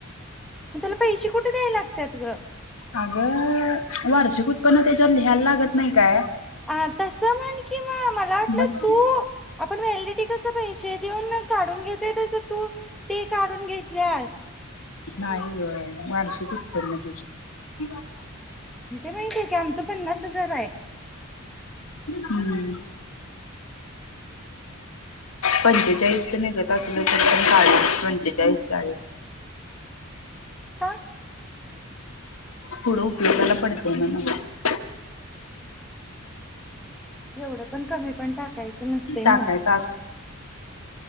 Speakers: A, in the centre; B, on the left.
A: उ त्याला पैशे कुट द्याय लागत्यात गं
B: अगं वार्षिक उत्पन्न त्याच्यावर लिहायला लागत नई काय
A: आ तस म्हण की म मला वाटलं
B: मग
A: तू आपण व्हॅलिडीटी कसं पैसे दिऊन काडून घेत ते तस तू ते काडून घे प्लस
B: नाही गं वार <unintelligible> कर ना तुझं ती <unintelligible>
A: हा ते माहिते की आमच पन्नास हजार आय
B: हम् पंचेचाळीसच निघत असलं तर पण काडा पंचेचाळीस चाळीस
A: का?
B: फुढं उपयोगाला पडतय म्हणं
A: एवढं पण कमी पण टाकायचं नसतय
B: टाकायचं
A: म्हणं